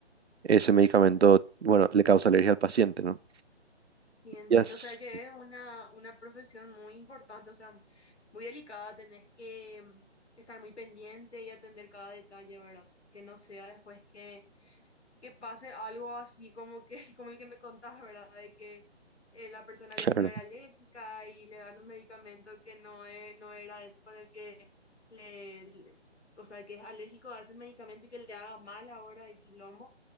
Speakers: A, on the right; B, on the left.
A: ese medicamento, bueno, le causa alergia al paciente, ¿no?
B: sí, entiendo.
A: Ya, s-
B: O sea que es una, una profesión muy importante, o sea, muy delicada. Tenés que mm, estar muy pendiente y atender cada detalle, ¿verdad? Que no sea después que que pase algo así como que, <laughs> como el que me contás, ¿verdad? De que eh, la persona había
A: claro.
B: sido era alérgica y le dan un medicamento que no, e- no era ese con el que le, le- o sea, que es alérgico a ese medicamento y que le haga mal ahora de quilombo.